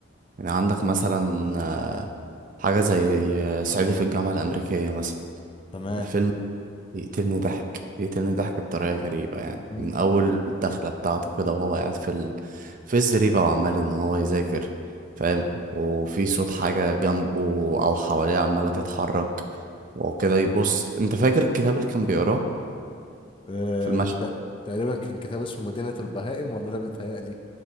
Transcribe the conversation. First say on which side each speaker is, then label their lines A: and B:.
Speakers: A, on the right (about 40°); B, on the left (about 25°).
A: يعني عندك مثلا آه، حاجه زي آه، صعيدي في الجامعه الامريكيه مثلا
B: تمام
A: الفيلم بيقتلني ضحك بيقتلني ضحك بطريقه غريبه يعني
B: مم.
A: من اول الدخله بتاعته كده وهو قاعد في ال... في الزريبه وعمال ان هو يذاكر فاهم وفي صوت حاجه جنبه او حواليه عماله تتحرك وكده يبص انت فاكر الكتاب اللي كان بيقراه
B: اه
A: في المشهد
B: انت تقريبا كان كتاب اسمه مدينه البهائم ولا انا بيتهيألي